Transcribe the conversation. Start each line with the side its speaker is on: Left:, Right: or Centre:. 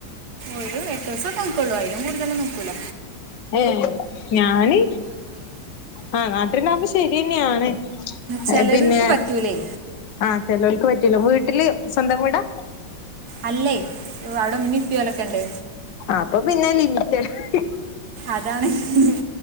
Right: ഒരു എട്ടൂസൊക്കെ നിക്കെള്ളൂ അയിലും കൂടുതലെന്നും നി ക്കൂല.
Left: ഏ ഞാന് ആ നാട്ടില്ണ്ടാകുമ്പോ ശെരിന്നെയാണ്.
Right: ചിലർക്ക്
Left: അയ് പിന്നെ
Right: പറ്റൂലേ
Left: ആഹ് ചെലേൽക്ക് പറ്റൂല. വീട്ടില് സ്വന്തം വീടാ.
Right: അല്ലെ.. അവ്ടെ ഇമ്മിപ്പിം ഓലൊക്കെണ്ട്.
Left: അപ്പ പിന്നെ, ലിമിറ്റഡ് ഹ്...
Right: അതാണ് ഹ്.. ഹ്...